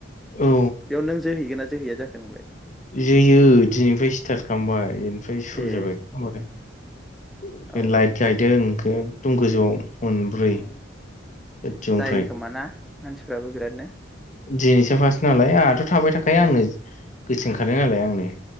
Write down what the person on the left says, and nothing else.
औ
जोयो दिनैफ्राय स्टार्ट खालामबाय ओमफ्राय सुरु
जाबाय <unintelligible> ओमफ्राय
लाइट
गायदों <inaudible> एक दम गोजौआव। मोनब्रै
गोजौ ओमफ्राय
दिनैसो फार्स्ट नालाय आंहाथ' थाबाय थाखायो
आंनो गोसोखांखादों नालाय आंनो